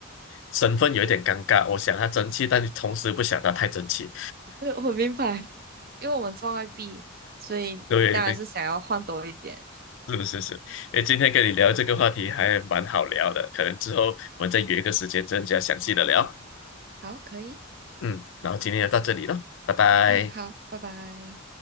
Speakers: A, on the left (about 60°); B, on the right (about 45°).
A: 身份有一点尴尬，我想他争气，但同时不想他太争气。
B: <laughs> 对，我明白。因为我们赚外币，所以你当然是想要换多一点。
A: <laughs> 对对，是是是。诶，今天跟你聊这个话题还蛮好聊的，可能之后我们再约一个时间更加详细的聊。
B: 好，可以，
A: 嗯，然后今天就到这里了，拜拜。
B: 嗯，好，拜拜。